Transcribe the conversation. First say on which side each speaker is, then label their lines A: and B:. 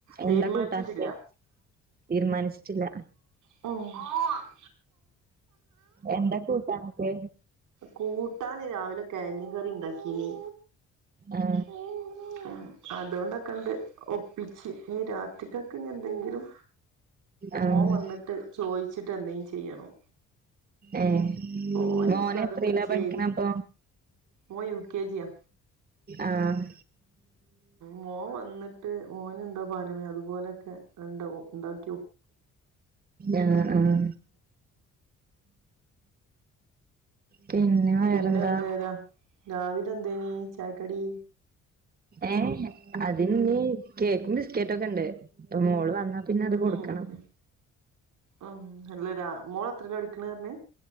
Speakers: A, on the right (about 80°); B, on the right (about 30°).
A: തീരുമാനിച്ചിട്ടില്ല
B: എന്താ കൂട്ടാനൊക്കെ? തീരുമാനിച്ചിട്ടില്ല.
A: ഉം
B: എന്ത കൂട്ടാനൊക്കെ.
A: കൂട്ടാന് രാവിലെ കിഴങ് കറി ഉണ്ടാക്കീനീ
B: ആഹ്
A: ഉം അതുകൊണ്ടൊക്കെണ്ട് ഒ ഒപ്പിച്ച് ഇഞ്ഞി രാത്രികക്ക് എന്തെങ്കിലും
B: ആഹ്
A: മോൻ വന്നിട്ട്. ചോയിച്ചിട്ട് എന്തെലും ചെയ്യണം.
B: ഏഹ്
A: ഓന്
B: മോന്
A: ഇൻക്കത്
B: എത്രലാ
A: ഇമ്മച്ചിയെ
B: പഠിക്ക്ണതപ്പൊ.
A: ഇത് മോൻ യു കെ ജിയാ
B: ആഹ്.
A: മോൻ വന്നിട്ട് മോന് എന്താ പറയണേ അതുപോലെയൊക്കെ അണ്ട് ഉണ്ടാക്കും.
B: ആഹ് ആഹ്. പിന്നെ. വേറെന്താ
A: പിന്നെ എന്താ രാവില എന്തേനി ചായക്കടി.
B: ഏഹ് അതിലഞ്ഞി കേക്കും ബിസ്കറ്റൊക്കെ ഉണ്ട് ഇപ്പൊ മോള് വന്ന. പിന്നെ അത് കൊടുക്കണം.
A: ഉം ഉം അല്ല രാ മോള് എത്രയിലാ പഠിക്ക് ണേ പറഞ്ഞേ